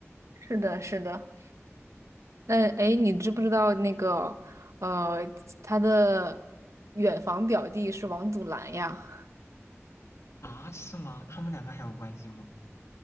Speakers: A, on the right; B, on the left.
A: 是的，是的。那哎，你知不知道那个呃，他的远房表弟是王祖蓝呀？
B: 啊？是吗？他们两个还有关系吗？